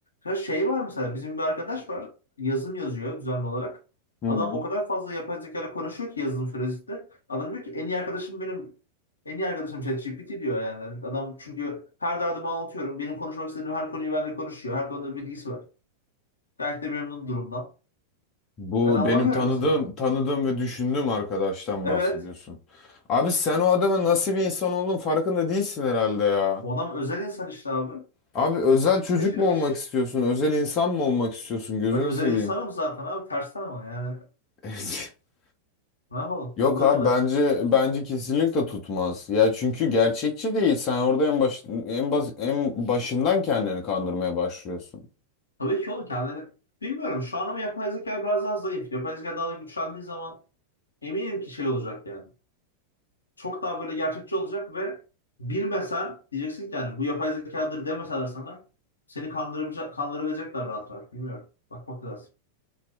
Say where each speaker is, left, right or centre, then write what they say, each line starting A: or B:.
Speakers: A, on the left (about 75°); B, on the left (about 35°).
A: Ya şey var mesela bizim bir arkadaş var yazım yazıyor düzenli olarak.
B: Hı.
A: Adam o kadar fazla yapay zekayla konuşuyor ki yazılım süresinde. Adam diyor ki en iyi arkadaşım benim en iyi arkadaşım ChatGPT diyor yani. Adam çünkü her derdimi anlatıyorum. Benim konuşmak istediğim her konuyu benimle konuşuyor. Her konuda bilgisi var. Gayet de memnun durumdan.
B: Bu
A: Ben anlamıyorum
B: benim tanıdığım,
A: mesela.
B: tanıdığım ve düşündüğüm arkadaştan
A: Evet.
B: bahsediyorsun. Abi sen o adamın nasıl bir insan olduğunun farkında değilsin herhalde ya.
A: O adam özel insan işte abi.
B: Abi özel çocuk
A: Seçilmiş.
B: mu olmak istiyorsun? Özel insan mı olmak istiyorsun? Gözünü
A: Ben özel
B: seveyim.
A: insanım zaten abi. Tersten ama yani.
B: <laughs>
A: Ne yapalım?
B: Yok
A: Olduğu
B: abi
A: kadar.
B: bence bence kesinlikle tutmaz. Ya çünkü gerçekçi değil. Sen orada en baş en bas, en başından kendini kandırmaya başlıyorsun.
A: Tabii ki oğlum kendini bilmiyorum şu an ama yapay zeka biraz daha zayıf. Yapay zeka daha da güçlendiği zaman eminim ki şey olacak yani. Çok daha böyle gerçekçi olacak ve bilmesen diyeceksin ki yani bu yapay zekadır demeseler sana seni kandırabilecek, kandırabilecekler rahat rahat. Bilmiyorum. Bakmak lazım.